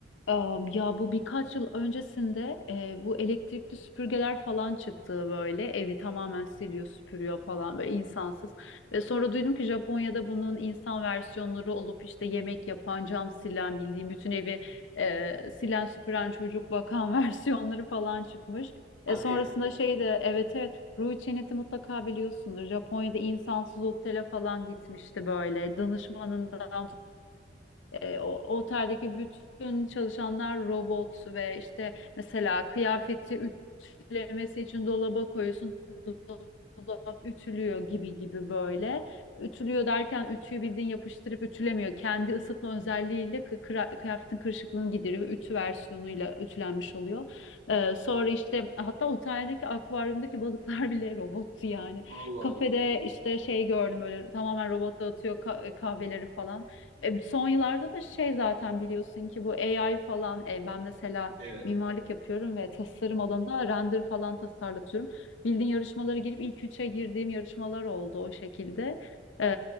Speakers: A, on the left; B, on the right.
A: Am, Ya bu birkaç yıl öncesinde e, bu elektrikli süpürgeler falan çıktı böyle evi tamamen siliyor süpürüyor falan böyle insansız ve sonra duydum ki Japonya'da bunun insan versiyonları olup işte yemek yapan cam silen bildiğim bütün evi e, silen süpüren çocuk bakan <laughs> versiyonları falan çıkmış.
B: Hadi
A: E sonrasında
B: ya.
A: şey de evet evet Ruhi Çenet'i mutlaka biliyorsundur. Japonya'da insansız otele falan gitmişti böyle danışmanından e, o, o oteldeki bütün çalışanlar robot ve işte mesela kıyafeti ütülemesi için dolaba koyuyorsun. Dolap ütülüyor gibi gibi böyle. Ütülüyor derken ütüyü bildiğin yapıştırıp ütülemiyor. Kendi ısıtma özelliğiyle kı- kıra- kıyafetin kırışıklığını gideriyor. ve Ütü versiyonuyla ütülenmiş oluyor. E, sonra işte hatta oteldeki akvaryumdaki balıklar <laughs> bile robottu yani.
B: Allah
A: Kafede
B: Allah.
A: işte şey gördüm böyle tamamen robot dağıtıyor ka- kahveleri falan. E, son yıllarda da şey zaten biliyorsun ki bu AI falan e, ben mesela
B: Evet.
A: mimarlık yapıyorum ve tasarım alanında render falan tasarlatıyorum. Bildiğin yarışmalara girip ilk üçe girdiğim yarışmalar oldu o şekilde. E,